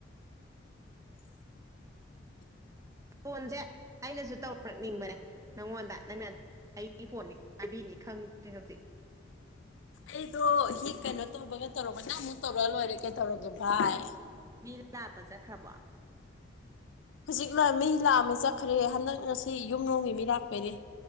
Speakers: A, on the left; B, on the right.
A: <unintelligible>
B: ꯐꯣꯟꯖ‌ꯦ ꯑꯩꯅꯁꯨ ꯇꯧꯔꯛꯅꯤꯡꯕꯅꯦ ꯅꯪꯉꯣꯟꯗ ꯅꯪꯅ ꯑꯩꯒꯤ ꯐꯣꯟꯅꯤ ꯄꯥꯏꯕꯤꯅꯤ ꯈꯪꯗ꯭ꯔꯦ ꯍꯧꯖꯤꯛ
A: ꯑꯩꯗꯣ ꯍꯤꯛ ꯀꯩꯅꯣ ꯇꯧꯕꯒ ꯇꯧꯔꯛꯄꯥꯗ ꯑꯃꯨꯛ ꯇꯧꯔꯛ ꯑꯥ ꯂꯣꯏꯔꯦ ꯀꯩꯗꯧꯔꯒꯦ ꯚꯥꯏ
B: ꯃꯤ ꯂꯥꯞꯄ ꯆꯠꯈ꯭ꯔꯕꯣ
A: ꯍꯧꯖꯤꯛꯅ ꯃꯤ ꯂꯥꯛꯑꯝꯃꯦ ꯆꯠꯈ꯭ꯔꯦ ꯍꯟꯗꯛ ꯉꯁꯤ ꯌꯨꯝ ꯗꫭꯡꯒꯤ ꯃꯤ ꯂꯥꯛꯄꯩꯅꯦ